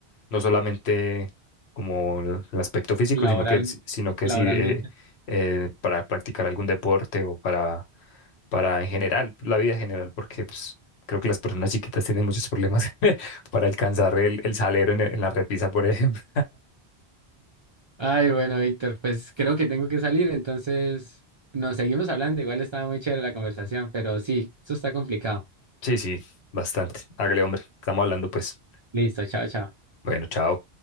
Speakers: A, on the left; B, on the right.
A: no solamente como el el aspecto físico,
B: laboral,
A: sino que, si- sino que
B: laboralmente.
A: sí eh, eh, para practicar algún deporte o para, para en general, la vida en general, porque pues, creo que las personas chiquitas tienen muchos problemas <laughs> para alcanzar el, el salero en, en la repisa, por ejemplo.
B: Ay, bueno, Víctor, pues creo que tengo que salir, entonces nos seguimos hablando. Igual estaba muy chévere la conversación, pero sí, eso está complicado.
A: Sí, sí, bastante. Hágale, hombre, estamos hablando pues.
B: Listo, chao, chao.
A: Bueno, chao.